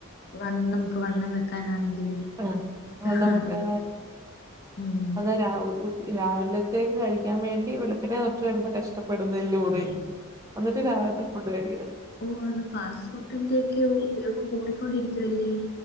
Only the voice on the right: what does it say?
ആഹ്
<unintelligible>
അത് രാവ് രാവിലേത്തേയ്ക്ക് കഴിക്കാൻ വേണ്ടി വേള്പ്പ്ന് തെ ട്രി കടന്ന് കഷ്ടപെടുന്നെലുറി.
എന്നിട്ട് രാവിലെത്തെ <unintelligible>